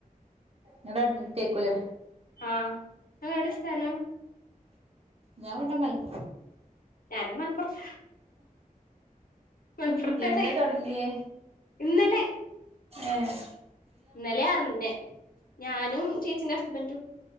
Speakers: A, on the right; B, on the left.
A: ങ്ങളഡ്മീറ്റായിക്കുലേ
B: ആഹ് ങ്ങളെവ്ടെ സ്ഥലം
A: ഞാവടെ മല
B: ഞാനും മല്പ്പൊറ്ത്താ മല്പൊറ്ത്തന്നെ
A: എന്നേ തുടങ്ങിയേ
B: ഇന്നലെ
A: ഏഹ്
B: ന്നലെ അറിഞ്ഞെ ഞാനും ചേച്ചിന്റെ ഹസ്ബന്റും